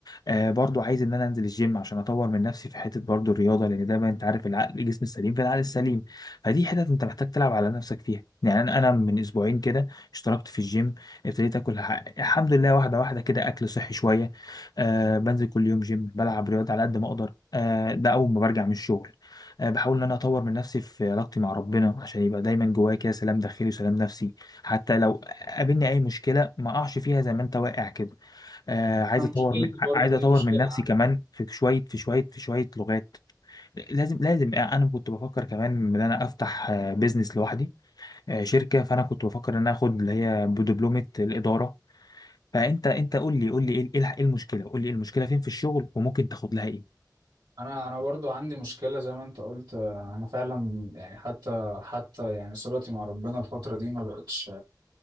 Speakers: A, on the left (about 60°); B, on the right (about 75°).
A: آه برضو عايز ان انا انزل الجيم عشان اطور من نفسي في حته برضو الرياضه لان دايما انت عارف العقل الجسم السليم في العقل السليم فدي حتت انت محتاج تلعب على نفسك فيها يعني انا أنا من اسبوعين كده اشتركت في الجيم ابتديت اكل ح- الحمد لله واحده واحده كده اكل صحي شويه آه بنزل كل يوم جيم بلعب رياضه على قد ما اقدر آه ده اول ما برجع من الشغل آه بحاول ان انا اطور من نفسي في علاقتي مع ربنا عشان يبقى دايما جوايا كده سلام داخلي وسلام نفسي حتى لو قابلني اي مشكله ما اقعش فيها زي ما انت واقع كده آه عايز
B: انا
A: اطور
B: مشكلتي
A: من ع-
B: برضه
A: عايز اطور
B: دي مشكلة
A: من نفسي
B: عندي
A: كمان في شويه في شويه في شويه لغات لازم لازم آه، انا كنت بفكر كمان ان انا افتح آه، بيزنس لوحدي آه، شركه فانا كنت بفكر ان انا اخد اللي هي بدبلومه الاداره فانت انت قول لي قول لي ايه إيه الح- إيه المشكله قول لي إيه المشكله فين في الشغل وممكن تاخد لها ايه
B: انا انا برضه عندي مشكلة زي ما انت قلت آه، انا فعلا يعني حتى حتى يعني صلتي مع ربنا الفترة دي ما بقتش